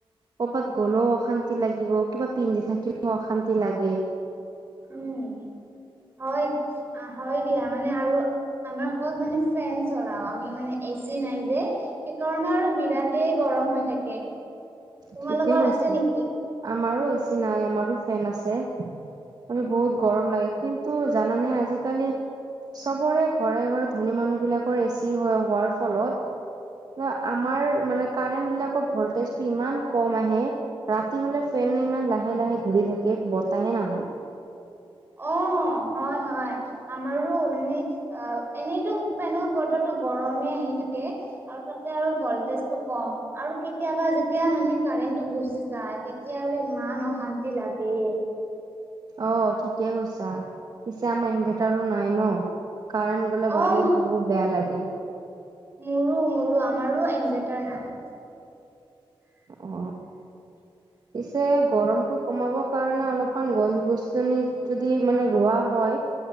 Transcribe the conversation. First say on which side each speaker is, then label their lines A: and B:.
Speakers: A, on the right; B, on the right.
A: ক'ৰবাত গ'লেও অশান্তি লাগিব, কিবা পিন্ধি থাকিলেও অশান্তি লাগে।
B: উম হয় হয় আ দিয়া মানে আৰু আমাৰ ঘৰত মানে ফেন চলাও আমি মানে এ চি নাই যে। সেইকাৰণে আৰু বিৰাটেই গৰম হৈ থাকে। তোমালোকৰ
A: ঠিকে কৈছা।
B: আছে নেকি?
A: আমাৰো এ চি নাই আমাৰো ফেন আছে। ত বহুত
B: উম।
A: গৰম লাগে। কিন্তু জানানে আজিকালি চবৰে ঘৰে ঘৰে ধনী মানুহবিলাকৰ এ চি হো-হোৱাৰ ফলত আমাৰ মানে কাৰেণ্ট বিলাকৰ ভল্টেজ ইমান কম আহে ৰাতি হ'লে ফেন ইমান লাহে লাহে ঘূৰি থাকে বতাহে নালাগে।
B: অ হয় হয়। আমাৰো মানে অ এনেইতো মানুহ বতো গৰমে আহি থাকে আৰু তাতে আৰু ভল্টেজটো কম। আৰু কেতিয়াবা যেতিয়া মানে কাৰেণ্টটো গুচি যায়, তেতিয়া আৰু ইমান অশান্তি লাগে।
A: অ ঠিকে কৈছা। পিছে আমাৰ ইনভাৰ্টাৰো নাই ন কাৰেণ্ট গ'লে
B: অ',
A: বাৰু বহুত বেয়া লাগে।
B: মোৰো মোৰো আমাৰো ইনভাৰ্টাৰ নাই <unintelligible>
A: অ পিছে গৰমতটো কমাবৰ কাৰণে অলপমান গছ গছনি যদি মানে ৰোৱা হয়।